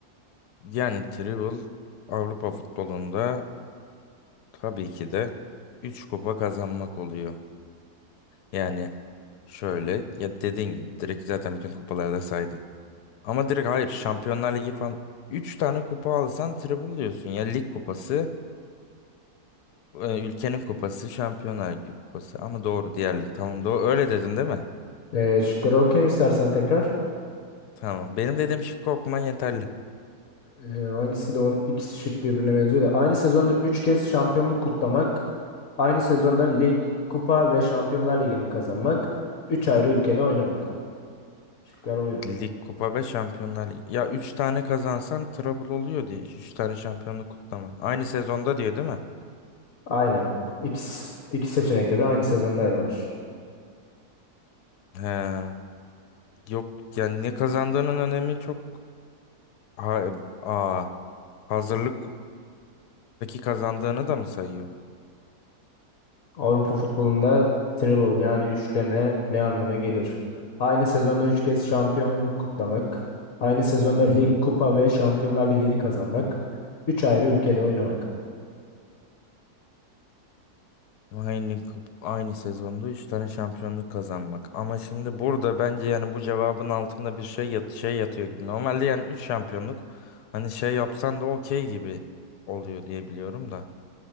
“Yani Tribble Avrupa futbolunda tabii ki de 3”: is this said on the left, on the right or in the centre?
Left